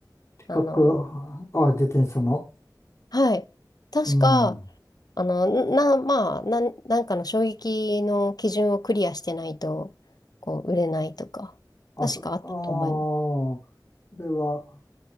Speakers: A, on the left; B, on the left.
A: 近く、
B: あの、
A: あ、自転車の。
B: はい。確か、
A: うん。
B: あの、な、まあ、なん、なんかの衝撃の基準をクリアしてないと、こう、売れないとか、
A: あ、
B: 確かあったと思います。
A: そ、ああ、それは、